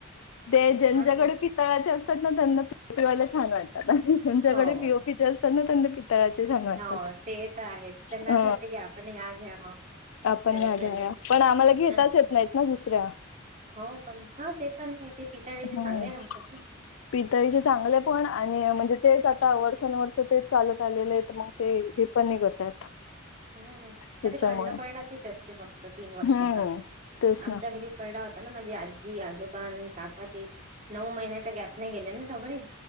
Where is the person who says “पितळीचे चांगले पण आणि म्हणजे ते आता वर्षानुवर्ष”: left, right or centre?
Left